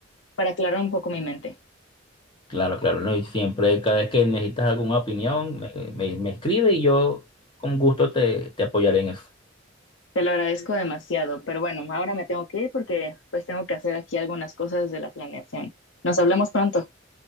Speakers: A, on the left; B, on the left.
A: para aclarar un poco mi mente.
B: claro, claro, no, y siempre, cada vez que necesitas alguna opinión, me, me, me escribe y yo con gusto te, te apoyaré en eso.
A: Te lo agradezco demasiado, pero bueno, ahora me tengo que ir porque pues tengo que hacer aquí algunas cosas de la planeación. Nos hablamos pronto.